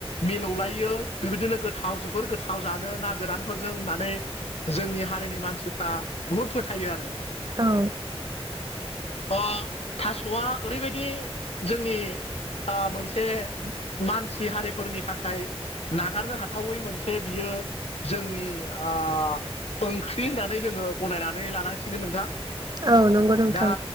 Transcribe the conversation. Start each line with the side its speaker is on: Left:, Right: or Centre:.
Left: मिलौलायो बेबायदिनो गोथाव जोबोर गोथाव जानो ना गोरानफोरजों होननानै जोंनि हारिनि मानसिफ्रा बुहुद फोथायो आरो
Right: औ
Left: ओ थास'आ ओरैबायदि जोंनि ओ मोनसे मानसि हारिफोरनि थाखाय नागारनो हाथावै मोनसे बियो जोंनि ओ ओंख्रि होननानै जोङो गनायनानै लानांसिगोन नोंथां।
Right: औ नंगौ नोंथां
Left: दा